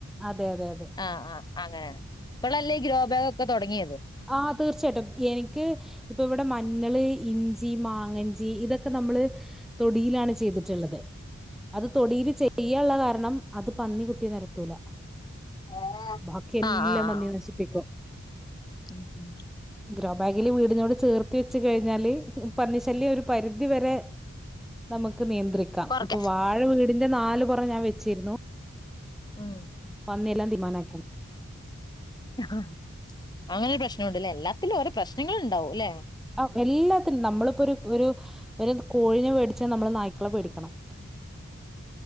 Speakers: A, in the centre; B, on the left.
A: അതെ അതെ അതെ
B: ആഹ് ആഹ് അങ്ങനെ പ്പളല്ലേ ഈ ഗ്രോബാഗൊക്കെ തൊടങ്യേത്
A: ആഹ് തീർച്ചയായിട്ടും എനിക്ക് ഇപ്പൊ ഇവടെ മഞ്ഞള്, ഇഞ്ചി, മാങ്ങഞ്ചി ഇതൊക്കെ നമ്മള് തൊടിയിലാണ് ചെയ്ത്ട്ട്ള്ളത് അത് തൊടീല് ചെയ്യാള്ള കാരണം അത് പന്നി കുത്തി നെരത്തൂല
B: ആഹ്
A: ബാക്കിയെല്ലം
B: ആഹ് ആഹ്
A: പന്നി നശിപ്പിക്കും
B: ഉം ഉം
A: ഗ്രോബാഗില് വീട്നോട് ചേർത്തി വെച്ച് കഴിഞ്ഞാല് പന്നിശല്യം ഒരു പരിധി വെരെ നമുക്ക് നിയന്ത്രിക്കാം
B: കൊറക്കാം
A: ഇപ്പൊ വാഴ വീടിന്റെ നാല് പുറ ഞാൻ വെച്ചിരുന്നു.
B: ആഹ്
A: <unintelligible>
B: ആഹ് അങ്ങനൊര് പ്രശ്‌നുണ്ട്ലെ എല്ലാത്തിലും ഓരോ പ്രശ്നങ്ങള്ണ്ടാവും ലെ
A: ആ എല്ലാത്തിനും നമ്മളിപ്പോ ഒരു ഒരു ഒരു കോഴിനെ വേടിച്ച നമ്മള് നായ്ക്കളെ പേടിക്കണം